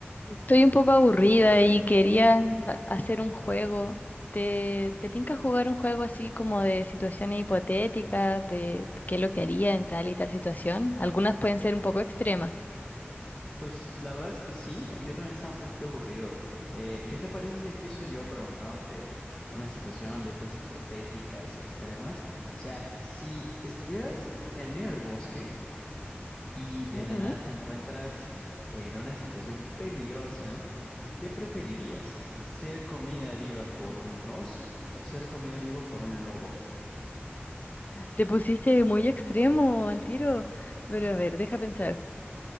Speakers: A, on the left; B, on the left.
A: Estoy un poco aburrida y quería hacer un juego. ¿Te, te tinca jugar un juego así como de situaciones hipotéticas, de qué es lo que haría en tal y tal situación? Algunas pueden ser un poco extremas.
B: Pues la verdad es que sí, porque yo también estaba un poquito aburrido. Eh, ¿qué te parece si empiezo yo preguntándote una situación de estas hipotéticas extremas? O sea, si estuvieras en medio del bosque y de
A: Ujú.
B: la nada te encuentras en una situación peligrosa, ¿qué preferirías? ¿Ser comida viva por un oso o ser comida viva por un lobo?
A: Te pusiste muy extremo al tiro, pero a ver, deja pensar.